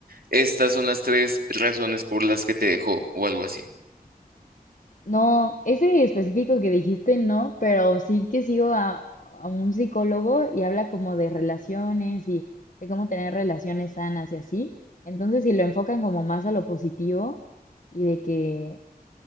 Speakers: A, on the right; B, on the left.
A: estas son las tres razones por las que te dejó o algo así.
B: No, ese específico que dijiste no, pero sí que sigo a, a un psicólogo y habla como de relaciones y de cómo tener relaciones sanas y así. Entonces, si lo enfocan como más a lo positivo y de que,